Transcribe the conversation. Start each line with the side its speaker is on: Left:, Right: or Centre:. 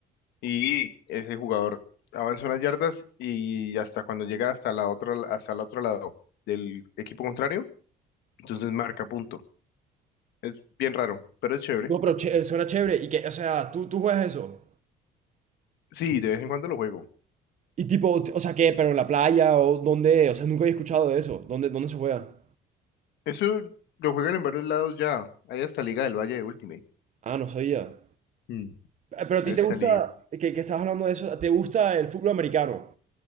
Left: y ese jugador avanza unas yardas y hasta cuando llega hasta la otra, hasta el otro lado del equipo contrario, entonces marca punto. Es bien raro, pero es chévere.
Right: No, pero ché- suena chévere. ¿Y qué? O sea, ¿tú, tú juegas eso?
Left: Sí, de vez en cuando lo juego.
Right: Y tipo, o sea, ¿qué? ¿Pero en la playa? ¿O dónde? O sea, nunca había escuchado de eso. ¿Dónde, dónde se juega?
Left: Eso lo juegan en varios lados ya. Hay hasta Liga del Valle de Ultimate.
Right: Ah, no sabía.
Left: Mm.
Right: Eh, Pero a
Left: Hay
Right: ti te
Left: hasta
Right: gusta,
Left: Liga.
Right: que, que estabas hablando de eso, ¿te gusta el fútbol americano?